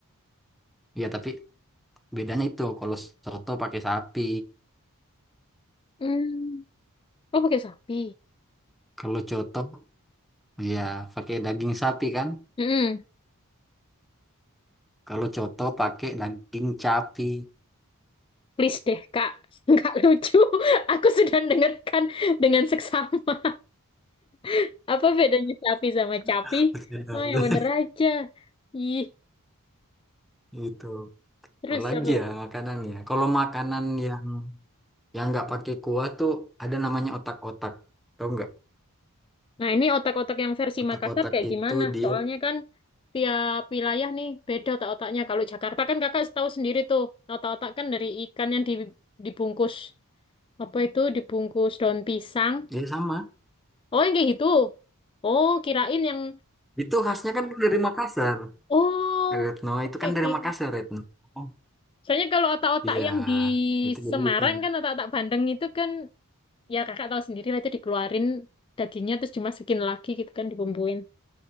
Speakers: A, in the centre; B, on the left (about 25°).
A: ya tapi bedanya itu kalau soto pakai sapi,
B: Hmm. Oh, pakai sapi.
A: kalau coto Iya, pakai daging sapi kan?
B: Mm-mm.
A: Kalau coto pakai daging capi.
B: Please deh, Kak. <laughs> Nggak lucu. Aku sudah dengarkan dengan seksama. <laughs> Apa bedanya sapi sama capi?
A: <laughs>
B: Oh, yang bener aja. Ih,
A: Gitu.
B: terus
A: Apalagi
B: apa lagi?
A: ya makanan ya. Kalau makanan yang yang nggak pakai kuah tuh ada namanya otak-otak. Tahu nggak?
B: Nah, ini otak-otak yang versi
A: Otak-otak
B: Makassar kayak
A: itu
B: gimana?
A: dia
B: Soalnya kan tiap wilayah nih beda otak-otaknya. Kalau Jakarta kan kakak tahu sendiri tuh. Otak-otak kan dari ikan yang di- dibungkus. Apa itu? Dibungkus daun pisang.
A: dia sama.
B: Oh, yang kayak gitu. Oh, kirain yang
A: Itu khasnya kan dari Makassar.
B: Oh,
A: Retno
B: oke
A: itu kan
B: oke.
A: dari Makassar Retno. Oh,
B: Soalnya kalau otak-otak
A: Iya,
B: yang di
A: itu jadi
B: Semarang
A: bukan.
B: kan otak-otak bandeng itu kan ya kakak tahu sendiri lah itu dikeluarin dagingnya terus dimasukin lagi gitu kan dibumbuin.